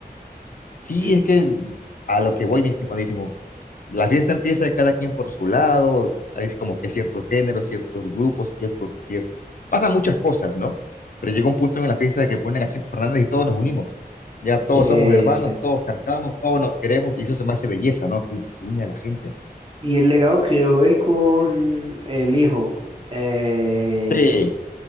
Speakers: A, on the left; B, on the right.
A: sí,
B: Yo,
A: es que a lo que voy, mi estimadísimo, la fiesta empieza de cada quien por su lado, hay como que ciertos géneros, ciertos grupos, ciertos, ciertos, pasan muchas cosas, ¿no? Pero llega un punto en la fiesta que ponen a Chente Fernández y todos nos unimos. Ya
B: sí,
A: todos somos hermanos,
B: sí,
A: todos cantamos, todos nos queremos, y eso se me hace belleza, ¿no? Que une a la gente.
B: Y el legado que dejó él con el hijo. eh,
A: Sí,